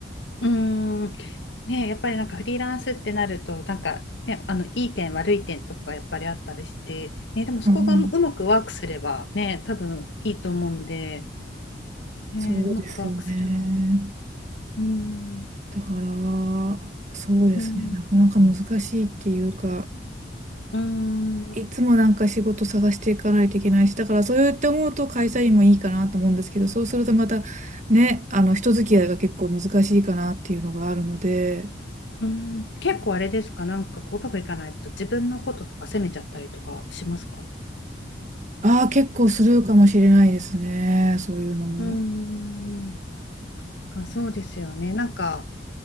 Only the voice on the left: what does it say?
うーん、ねえ、やっぱりなんかフリーランスってなると、なんかね、あのいい点、悪い点とかやっぱりあったりして、ね、でもそこがうまくワークすればね、
多分いいと思うんで、ねえ、
うまくワークすれば。うーん、
うん、
うん、う
ん、結構あれですか、なんかこううまくいかないと自分のこととか責めちゃったりとかしますか
うーん、かそうですよね。なんか